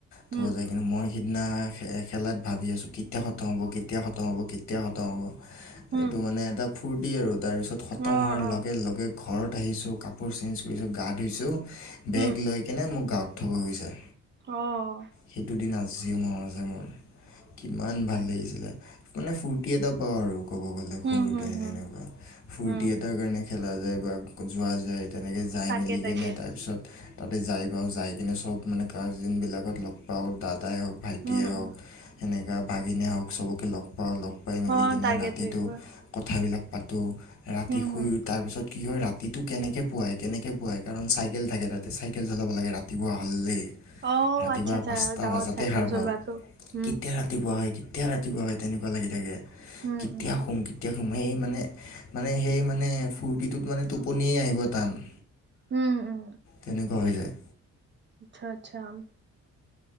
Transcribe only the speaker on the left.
থব যায় মানে মই সিদিনা খেলাত ভাবি আছোঁ কেতিয়া খতম হ'ব কেতিয়া খতম হ'ব কেতিয়া খতম হ'ব
সেইটো মানে এটা ফূৰ্তি আৰু তাৰপিছত খতম
হোৱাৰ
লগে লগে ঘৰত আহিছোঁ কাপোৰ চেঞ্জ কৰিছোঁ গা ধুইছোঁ
বেগ লৈ কিনে মোক গাঁৱত থ'ব গৈছে
সেইটো দিন আজিও মনত আছে মোৰ কিমান ভাল
লাগিছিলে মানে ফূৰ্তি এটা কওঁ আৰু ক'ব গ'লে সৰুতে
তেনেকুৱা ফূৰ্তি
এটাৰ কাৰণে খেলা যায় বা যোৱা যাই তেনেকে যাই
মেলি
কিনে তাৰপিছত তাতে যাই পাওঁ যাই কিনে চব মানে কাজিন বিলাকক লগ পাওঁ দাদাই হওক ভাইটিয়েই
হওক
সেনেকা ভাগিনে হওক চবকে লগ পাওঁ লগ পাই মেলি
কিনে
ৰাতিটো
কথাবিলাক পাতোঁ ৰাতি
শুই
তাৰপিছত কি হয় ৰা ৰাতিটো কেনেকে পোৱাই কেনেকে পোৱাই কাৰণ চাইকেল থাকে তাতে চাইকেল চলাব লাগে ৰাতিপুৱা হ'লেই
ৰাতিপুৱা
পাঁচটা
বজাতে
সাৰ
পাওঁ কেতিয়া
ৰাতিপুৱা হয় কেতিয়া ৰাতিপুৱা হয় তেনেকুৱা লাগি থাকে
কেতিয়া
শুম কেতিয়া শুম সেই মানে মানে সেই মানে ফূৰ্তিটোত মানে টোপনিয়েই আহিব টান
তেনেকুৱা হৈ যায়